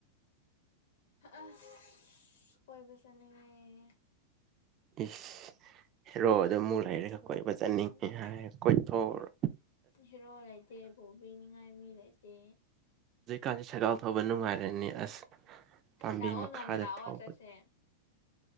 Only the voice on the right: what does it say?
ꯏꯁ ꯍꯤꯔꯣꯗꯣ ꯑꯃꯨꯛ ꯂꯩꯔꯒ ꯀꯣꯏꯕ ꯆꯠꯅꯤꯡꯉꯦ
ꯍꯥꯏꯔ ꯀꯣꯏꯊꯣꯎꯔꯣ
ꯍꯧꯖꯤꯛ ꯀꯥꯟꯁꯤ ꯁꯥꯏꯀꯜ ꯊꯧꯕ ꯅꯨꯡꯉꯥꯏꯔꯅꯤ ꯑꯁ ꯄꯥꯝꯕꯤ
ꯃꯈꯥꯗ
ꯊꯧꯕꯗꯣ